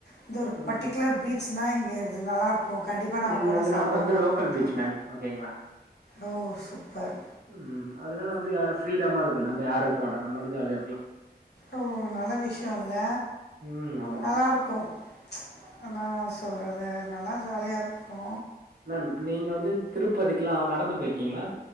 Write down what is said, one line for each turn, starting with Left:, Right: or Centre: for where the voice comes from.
Left: இந்த ஒரு
Right: ம்
Left: பர்ட்டிகுலர் பீச்னா இங்க இது நல்லா இருக்கு ஓ கண்டிப்பா நாங்க
Right: இது
Left: போனா
Right: வந்து
Left: சாப்டாம
Right: நம்ம வந்து
Left: வர
Right: லோக்கல்
Left: மாட்டோ
Right: பீச் மேம் ஓகேங்களா
Left: ஓ சூப்பர்
Right: ம் அதனால வந்து யாரு ஃப்ரீடமா இருக்கு நம்ம யாரு இருக்க மாட்டோ நம்ம மட்டு ஜாலியா இருக்கலா
Left: ஓ நல்ல விஷயோ இல்ல
Right: ம் ஆமா
Left: நல்லா இருக்கு ஆனா சொல்ற அது நல்லா ஜாலியா இருக்கு
Right: மேம் நீங்க வந்து திருப்பதிக்குல்லா நடந்து போயிருக்கீங்களா